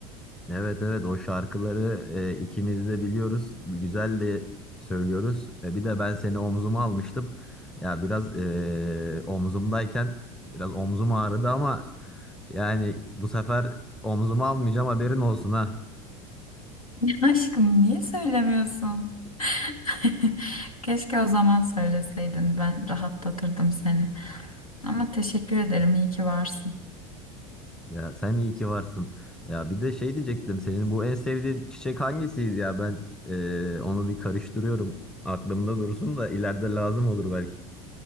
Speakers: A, in the centre; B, on the left (about 80°).
A: Evet evet o şarkıları ee, ikimiz de biliyoruz. Güzel de söylüyoruz. E, bir de ben seni omzuma almıştım. Ya biraz ee, omzumdayken biraz omzum ağrıdı ama Yani bu sefer omzuma almayacağım haberin olsun ha.
B: <laughs> Aşkım niye söylemiyorsun? <laughs> Keşke o zaman söyleseydin. Ben rahatlatırdım seni. Ama teşekkür ederim. İyi ki varsın.
A: Ya sen iyi ki varsın. Ya bir de şey diyecektim senin bu en sevdiğin çiçek hangisiydi ya ben eee, onu bir karıştırıyorum. Aklımda dursun da ileride lazım olur belki.